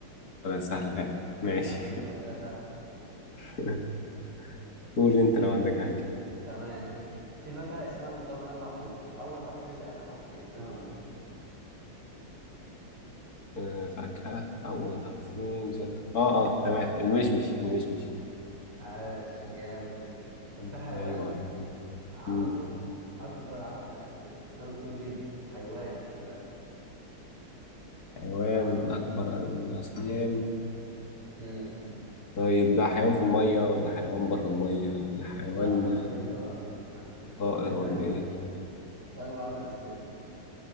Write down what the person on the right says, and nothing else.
حتى تجيب أسئلة سهلة
تمام في فاكهة اسمها متكون من أربع حروف أول حرفين زي آخر حرفين إيه هم
عاش جامد طب
في حيوان
عنده
أكبر عدد من الأسنان أسنانه كتير جدا حيوان خلي بالك
تمام
مم.
لا فكر أنت بقى آه، يعني هو
حيوان
عنده
أكبر عدد من الأسنان